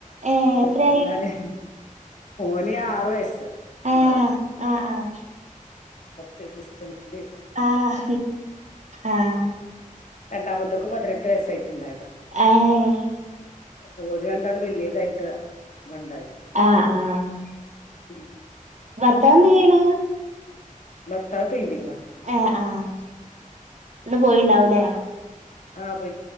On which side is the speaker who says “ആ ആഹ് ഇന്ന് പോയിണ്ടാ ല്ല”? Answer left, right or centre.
Right